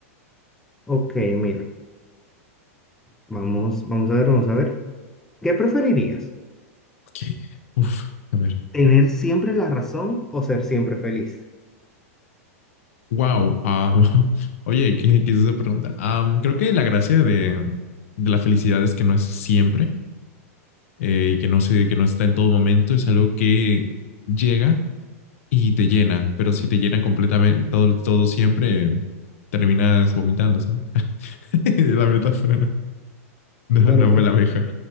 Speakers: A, in the centre; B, on the left.
A: Ok, mira, vamos, vamos a ver, vamos a ver. ¿Qué preferirías?
B: Ok. Uf, a ver.
A: ¿Tener siempre la razón o ser siempre feliz?
B: Wow. ah, <laughs> oye, ¿qué, qué es esa pregunta? Am, creo que la gracia de, de la felicidad es que no es siempre eh, y que no se, que no está en todo momento. Es algo que llega y te llena, pero si te llena completamente todo, todo siempre, terminas vomitando, ¿sabes? <laughs> La metáfora no, no,
A: Bueno,
B: no
A: pero
B: fue la mejor.